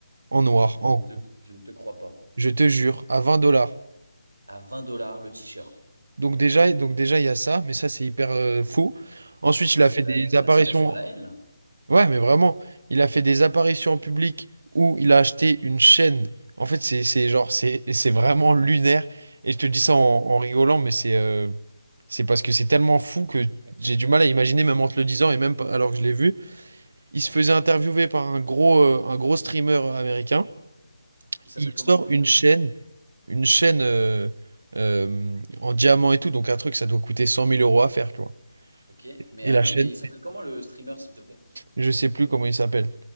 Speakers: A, on the right; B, on the right.
A: en noir,
B: Je
A: en...
B: ne te, je ne te crois pas.
A: Je te jure, à 20 dollars.
B: À 20 dollars le t-shirt.
A: Donc déjà, donc déjà, il y a ça, mais ça, c'est hyper euh, fou. Ensuite,
B: Donc
A: il a
B: c'est
A: fait
B: de
A: des
B: la- c'est
A: apparitions
B: de l'incitation à la haine, là.
A: Ouais, mais vraiment, il a fait des apparitions en public où il a acheté une chaîne. En fait, c'est c'est genre, c'est c'est vraiment lunaire. Et je te dis ça en, en rigolant, mais c'est euh, c'est parce que c'est tellement fou que j'ai du mal à imaginer, même en te le disant et même pas- alors que je l'ai vu. Il se faisait interviewer par un gros, euh, un gros streamer américain.
B: Il s'appelle
A: Il
B: comment
A: sort
B: le streamer?
A: une chaîne, une chaîne euh, euh, en diamant et tout. Donc, un truc, ça doit coûter cent mille euros à faire, tu vois.
B: Ok. Mais
A: Et
B: attends,
A: la chaîne,
B: mais il s'appelle comment le streamer, s'il te plaît?
A: je sais plus comment il s'appelle.